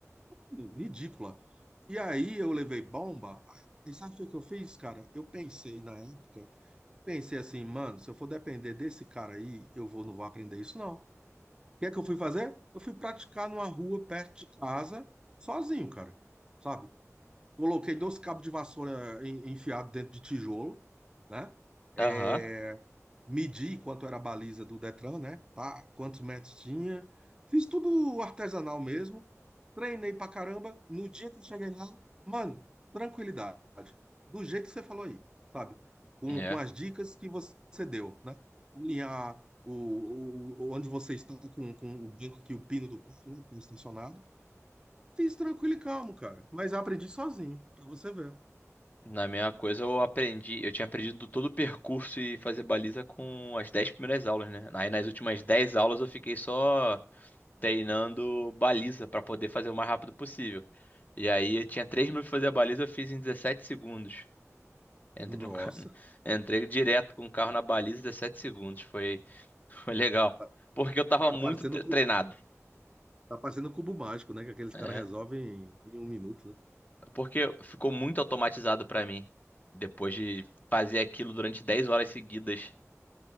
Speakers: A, on the right; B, on the left.
A: ridícula. E aí eu levei bomba. E sabe o que eu fiz, cara? Eu pensei na época, pensei assim, mano, se eu for depender desse cara aí, eu vou, não vou aprender isso, não. O que é que eu fui fazer? Eu fui praticar numa rua perto de casa, sozinho, cara. Sabe? Coloquei dois cabos de vassoura en- enfiado dentro de tijolo, né? É,
B: aham.
A: medi quanto era a baliza do Detran, né? Pá, quantos metros tinha. Fiz tudo artesanal mesmo. Treinei pra caramba. No dia que eu cheguei lá, mano, tranquilidade. Do jeito que você falou aí, sabe? Com,
B: É.
A: com as dicas que você deu, né? Alinhar o, o- onde você está com, com o banco que o pino do carro, né? Que está estacionado. Fiz tranquilo e calmo, cara. Mas aprendi sozinho, pra você ver.
B: Na minha coisa eu aprendi, eu tinha aprendido todo o percurso e fazer baliza com as 10 primeiras aulas, né? Aí nas últimas 10 aulas eu fiquei só treinando baliza pra poder fazer o mais rápido possível. E aí eu tinha 3 minutos pra fazer a baliza, eu fiz em 17 segundos. Entrei,
A: Nossa,
B: no ca- <laughs> Entrei direto com o carro na baliza em 17 segundos. Foi, <laughs> foi legal.
A: tá,
B: Porque eu tava
A: tá
B: muito
A: parecendo,
B: tre-
A: cu-
B: treinado.
A: tá parecendo cubo mágico, né? Que aqueles
B: É,
A: caras resolvem em, em um minuto, né?
B: porque ficou muito automatizado pra mim. Depois de fazer aquilo durante 10 horas seguidas.